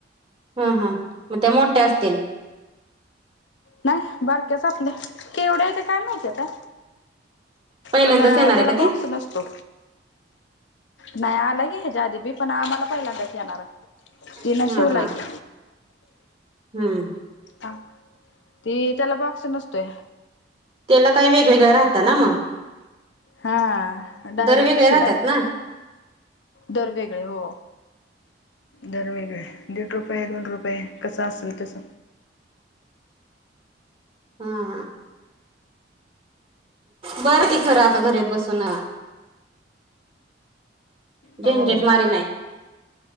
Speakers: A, on the right (about 30°); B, on the left (about 75°).
A: हम हम मग ते मोठे असतील?
B: नाही बारक्याच आपल्या कीवढ्या ते काय माहितीय आता?
A: पहिल्यांदाच
B: पण
A: येणार
B: त्याला
A: आहे का
B: बॉक्स
A: ते?
B: नसतो. नाही आलाय की हयाच्याआधीबी पण आम्हाला पहिल्यांदाच येणार आहे. तिनं
A: हम्म
B: शिवलाय
A: हा
B: की
A: हम्म.
B: ह ती त्याला बॉक्स नसतोय.
A: त्याला काही वेगवेगळ्या राहत ना मग.
B: हा डायरेक्ट
A: दर वेगळे
B: शिलाय.
A: राहतात ना
B: दर वेगळे हो. दर वेगळे दीड रुपये, दोन रुपये कसं असेल तस.
A: हां. बरं ती खरं आता घरात बसून.
B: हो.
A: झंझट मारी नाही.